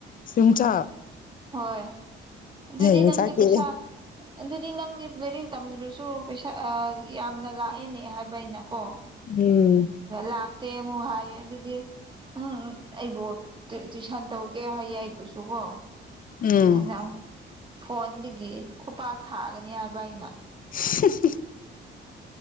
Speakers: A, on the left (about 45°); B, on the right (about 25°).
A: ꯌ‌ꯣꯡꯆꯥꯛ
B: ꯍꯣꯏ ꯑꯗꯨꯗꯤ
A: ꯌꯣꯡꯆꯥꯛꯇꯤ
B: ꯅꯪꯒꯤ ꯄꯩꯁꯥ ꯑꯗꯨꯗꯤ ꯅꯪꯗꯤ ꯂꯥꯏꯔꯤꯛ ꯇꯝꯗ꯭ꯔꯁꯨ ꯄꯩꯁꯥ ꯌꯥꯝꯅ ꯂꯥꯛꯑꯦꯅꯦ ꯍꯥꯏꯕ ꯑꯩꯅꯀꯣ
A: ꯎꯝ
B: ꯂꯥꯛꯇꯦ ꯑꯃꯨꯛ ꯍꯥꯏꯌꯦ ꯑꯗꯨꯗꯤ ꯎꯝ ꯑꯩꯕꯨ ꯇꯨꯏꯁꯟ ꯇꯧꯒꯦ ꯍꯥꯏꯌꯦ ꯑꯩꯕꯨꯁꯨ ꯀꯣ
A: ꯎꯝ
B: ꯑꯩꯅ ꯐꯣꯟꯗꯒꯤ ꯈꯨꯄꯥꯛꯥꯛ ꯊꯥꯛꯑꯒꯅꯤ ꯍꯥꯏꯕ ꯑꯩꯅ
A: <unintelligible>